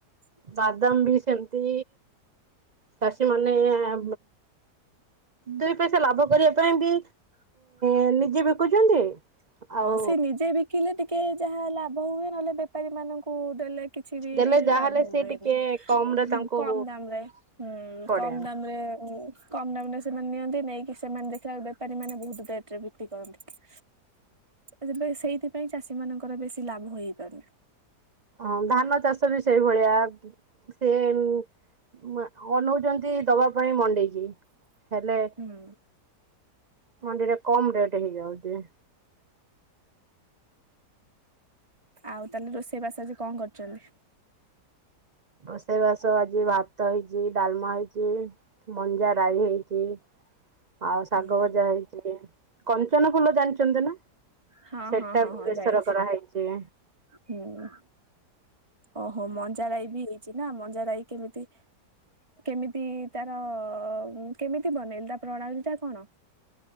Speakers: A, on the right; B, on the right.
A: ହ
B: ବାଦାମ ବି ସେମିତି ଚାଷୀମାନେ-ଏ-ଏ-ଏ ଦୁଇ ପଇସା ଲାଭ କରିବା ପାଇଁ ବି
A: ହ
B: ଏମିତିଆ ବିକୁଛନ୍ତି। ଆଉ
A: ହଁ ସେ ନିଜେ ବିକିଲେ ଟିକେ ଯାହା ଲାଭ ହୁଏ ନହେଲେ ବେପାରୀ ମାନଙ୍କୁ ଦେଲେ କିଛି ବି
B: ଦେଲେ ଯାହାହେଲେ
A: ଲାଭ
B: ସେ
A: ହୁଏନି।
B: ଟିକେ କମ ରେ
A: ହୁଁ
B: ତାଙ୍କୁ
A: କମ୍ ଦାମ ରେ, ହୁଁ-ଉ-ଉ-ଉ
B: ପଡେ
A: କମ୍ ଦାମ ରେ-ଏ-ଏ-ଏ କମଡାମ୍ ରେ ସେମାନେ ନିଅନ୍ତି, ନେଇକି ସେମାନେ ଦେଖିଲା ବେପାରୀ ମାନେ ବହୁତ ରେଟ୍ ରେ ବିକ୍ରି କରନ୍ତି। ଯେବେ ସେଇଥିପାଇଁ ଚାଷୀ ମାନଙ୍କର ବେଶୀ ଲାଭ ହେଇପାରୁନି।
B: ହଁ ଧାନ ଚାଷ ବି ସେଇଭଳିଆ। ସେ-ଏ-ଏ-ମ୍ ଅନଉଛନ୍ତି ଦବା ପାଇଁ ମଣ୍ଡେଇକି ହେଲେ
A: ହୁଁ
B: ମଣ୍ଡିରେ କମ୍ ରେଟ୍ ରେ ଦିଆହଉଛି।
A: ଆଉ ତାହେଲେ ରୋଷେଇବାସ ଆଜି କଣ କରିଛନ୍ତି?
B: ବଷେଇବାସ ଆଜି ଭାତ ହେଇଛି, ଡାଲମା ହେଇଛି, ମଞ୍ଜା ରାଇ ହେଇଛି। ଆଉ ଶାଗ
A: ହୁଁ
B: ଭଜା
A: ହୁଁ
B: ହେଇଛି। କଞ୍ଚନ ଫୁଲ ଜାଣିଛନ୍ତି ନା?
A: ହଁ
B: ସେଟାକୁୁ
A: ହଁ ହଁ ହଁ
B: ବେସର
A: ଜାଣିଛି
B: କରାହେଇଛି।
A: ହୁଁ। ଓହୋ ମଞ୍ଜାରାଇ ବି ହେଇଛି ନା ମଞ୍ଜାରାଇ କେମିତି କେମିତି-ଇ-ଇ ତାର-ଅ-ଅ-ଅ କେମିତି ବନେଇଲେ ତାର ପ୍ରଣାଳୀ ଟା କଣ?